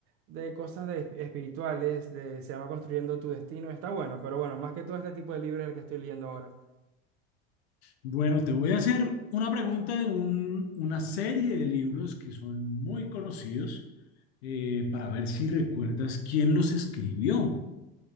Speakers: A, on the right; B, on the left.
A: de cosas de, esp- espirituales, de, se llama Construyendo tu Destino. Está bueno, pero bueno, más que todo este tipo de libros es el que estoy leyendo ahora.
B: Bueno, te voy a hacer una pregunta de un- una serie de libros que son muy conocidos eh, para ver si recuerdas quién los escribió.